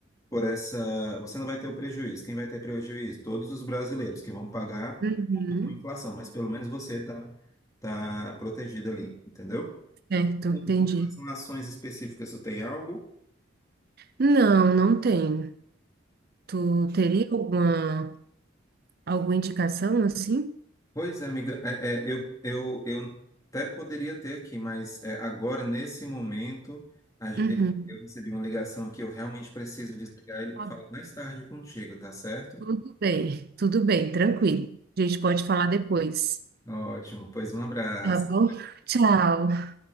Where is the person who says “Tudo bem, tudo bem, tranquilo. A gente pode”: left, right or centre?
Right